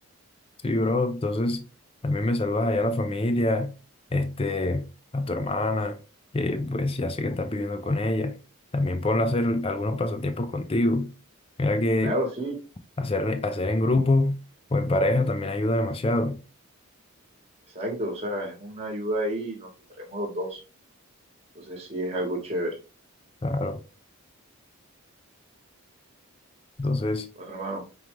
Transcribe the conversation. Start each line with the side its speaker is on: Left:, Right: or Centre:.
Left: Sí, bro, entonces también me saludas allá a la familia, este, a tu hermana, que pues ya sé que estás viviendo con ella. También ponla a hacer algunos pasatiempos contigo. Mira que
Right: Claro, sí,
Left: Hacer, hacer en grupo o en pareja también ayuda demasiado.
Right: exacto, o sea, es una ayuda ahí y nos distraemos los dos. Entonces sí es algo chévere.
Left: Claro. Entonces,
Right: Bueno, hermano,